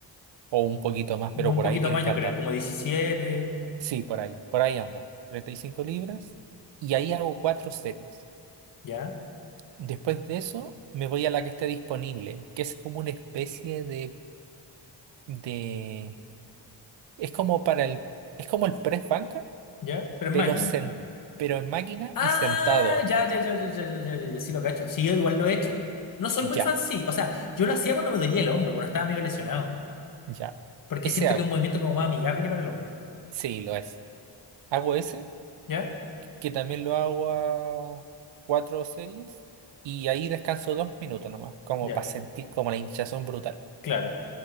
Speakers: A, on the right; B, on the left.
A: o un poquito más,
B: No,
A: pero
B: un
A: por
B: poquito
A: ahí tienen
B: más,
A: que
B: yo
A: andar.
B: creo, como diecisiete
A: Sí, por ahí, por ahí anda. treinta y cinco libras y ahí hago cuatro series.
B: ya,
A: Después de eso, me voy a la que esté disponible, que es como una especie de, de, es como para el, es como el press banca,
B: ya, pero es
A: pero
B: máquina.
A: sen- pero en máquina
B: Ah,
A: y sentado.
B: ya, ya, ya, ya, ya, ya, ya, ya, ya, sí lo cacho. Sí, yo igual lo he hecho. No soy
A: Ya,
B: muy fan, sí. O sea, yo lo hacía cuando me dolía el hombro, cuando estaba medio lesionado.
A: ya.
B: Porque
A: Ese
B: siento
A: hago.
B: que es un movimiento como más amigable para el hombro.
A: Sí, lo es. Hago ese,
B: ¿Ya?
A: que también lo hago a cuatro series, y ahí descanso dos minutos nomás, como
B: Ya,
A: para sentir como la hinchazón brutal.
B: claro.